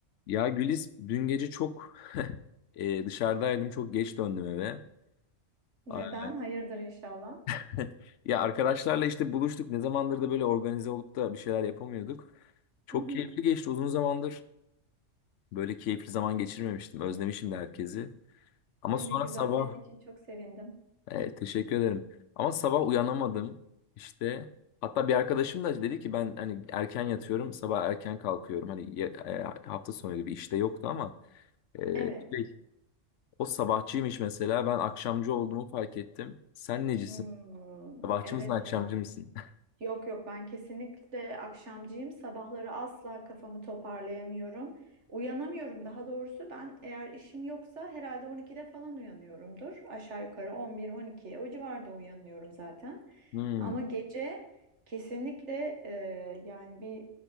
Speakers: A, on the left (about 75°); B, on the right (about 65°).
A: Ya Gülis dün gece çok e, dışarıdaydım. Çok geç döndüm eve.
B: Neden?
A: A-
B: Hayırdır inşallah.
A: <laughs> Ya arkadaşlarla işte buluştuk. Ne zamandır da böyle organize olup da bir şeyler yapamıyorduk. Çok
B: Hı hı.
A: keyifli geçti. Uzun zamandır böyle keyifli zaman geçirmemiştim. Özlemişim de herkesi. Ama
B: Ay
A: sonra
B: ne güzel.
A: sabah
B: Senin için çok sevindim.
A: e, teşekkür ederim. Ama sabah uyanamadım. İşte hatta bir arkadaşım da dedi ki ben hani erken yatıyorum, sabah erken kalkıyorum. Hani ye- e, hafta sonu gibi işte yoktu ama e,
B: Evet.
A: şey, O sabahçıymış mesela. Ben akşamcı olduğumu fark ettim. Sen necisin?
B: Hmm,
A: Sabahçı
B: evet
A: mısın, akşamcı
B: ya.
A: mısın? <laughs>
B: Yok yok ben kesinlikle akşamcıyım. Sabahları asla kafamı toparlayamıyorum. Uyanamıyorum daha doğrusu. Ben eğer işim yoksa herhalde 12'de falan uyanıyorumdur. Aşağı yukarı 11-12 o civarda uyanıyorum zaten.
A: Hmm,
B: Ama gece kesinlikle e, yani bir